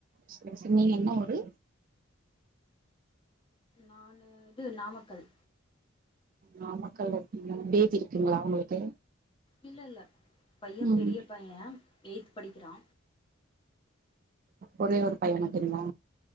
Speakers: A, on the right (about 45°); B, on the left (about 25°).
A: செரி செரி நீங்க என்ன ஊரு
B: நானு வந்து நாமக்கல்
A: நாமக்கல்ல இருங்கிங்க பேபி இருக்குங்களா உங்களுக்கு
B: இல்ல இல்ல பைய
A: ம்
B: பெரிய பைய எயித் படிக்கிறா
A: ஒரே ஒரு பைய மட்டுங்களா